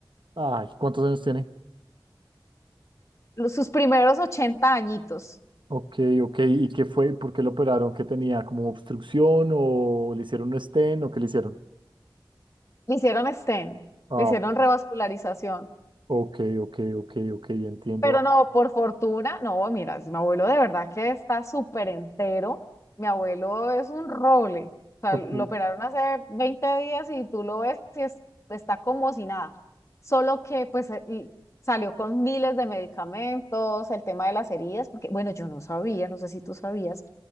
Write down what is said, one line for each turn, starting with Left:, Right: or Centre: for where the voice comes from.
Right: Ay, ¿cuántos años tiene?
Left: los- sus primeros 80 añitos.
Right: Ok, ok. ¿Y qué fue? ¿Por qué lo operaron? ¿Qué tenía? ¿Como obstrucción o le hicieron un stent o qué le hicieron?
Left: Le hicieron stem,
Right: Ah,
Left: le hicieron revascularización.
Right: ok, ok, ok, ok, entiendo.
Left: Pero no, por fortuna, no, mira, mi abuelo de verdad que está súper entero. Mi abuelo es un roble. O sea,
Right: Ok.
Left: lo operaron hace 20 días y tú lo ves y es- está como si nada. Solo que pues eh, y salió con miles de medicamentos, el tema de las heridas, porque bueno, yo no sabía, no sé si tú sabías,